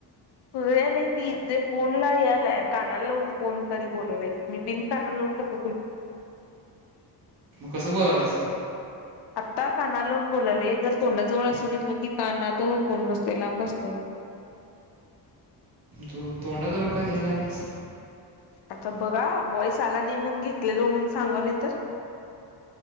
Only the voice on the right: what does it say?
कसं बोलाल्यास तू.
तू तोंडाजवळ का घ्याय लागल्यास.